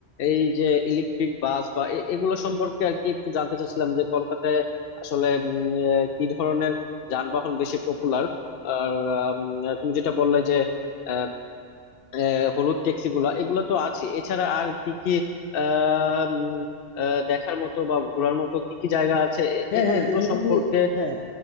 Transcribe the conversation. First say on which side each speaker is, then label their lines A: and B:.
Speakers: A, on the left; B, on the left.
A: এই যে ইলেকট্রিক বাস বা এ- এগুলো সম্পর্কে আর কি একটু জানতে চাচ্ছিলাম যে কলকাতায় আসলে উম, আহ, কি ধরনের যানবাহন বেশি পপুলার আর উম, আহ, তুমি যেটা বললে যে আহ, আহ, হলুদ ট্যাক্সি গুলা এগুলো তো আছে এছাড়া আর কি কি আহ, উম, আহ, দেখার মতো বা ঘোরার মতো কি কি জায়গা আছে এ-
B: হ্যাঁ
A: এ-
B: হ্যাঁ
A: এগুলো
B: তুমি
A: সম্পর্কে
B: যদি হ্যাঁ